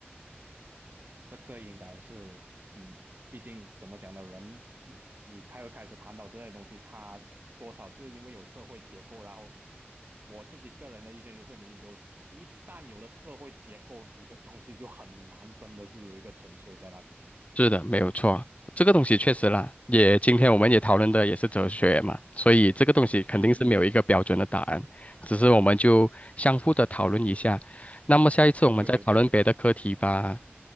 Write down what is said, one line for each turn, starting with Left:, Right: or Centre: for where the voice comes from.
Right: 这个应该是，嗯，毕竟怎么讲呢，人嗯你开会开始谈到这些东西，它多少是因为有社会结构，然后我自己个人的意见就是，你有一旦有了社会结构，你的东西就很难真的是有一个纯粹在那边。
Left: 是的，没有错，
Right: 嗯
Left: 这个东西确实啦，也今天我们也讨论的也是哲学嘛，所以这个东西肯定是没有一个标准的答案，
Right: 嗯嗯，
Left: 只是我们就相互的讨论一下。那么下一次我们再讨论别的课题吧。
Right: 对对对，